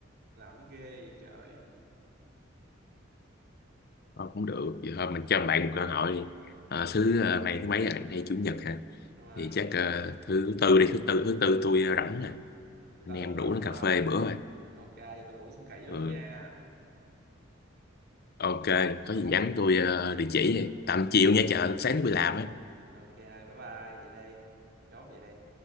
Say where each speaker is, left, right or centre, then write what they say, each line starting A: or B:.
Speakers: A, on the right (about 55°); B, on the left (about 50°).
A: làm cái ghê vậy trời
B: Ờ, cũng được vậy thôi mình cho bạn một cơ hội đi Ờ, thứ
A: Rồi.
B: ờ, này thứ mấy rồi nay chủ nhật hả
A: đúng rồi
B: thì
A: mày
B: chắc
A: chủ
B: ờ,
A: nhật
B: thứ tư đi thứ tư thứ tư tôi ờ, rảnh nè
A: thứ
B: anh
A: tư
B: em
A: ông rảnh
B: rủ nó
A: đúng
B: cà
A: không
B: phê bữa
A: Vậy thì-
B: rồi
A: ok giờ tôi ngủ xong kỹ luôn
B: ừ,
A: đó nha
B: ok có gì nhắn tôi ờ, địa chỉ đi tầm
A: ok
B: chiều nha chợ sáng tôi đi làm á
A: ok bye bye vậy đây chốt vậy đây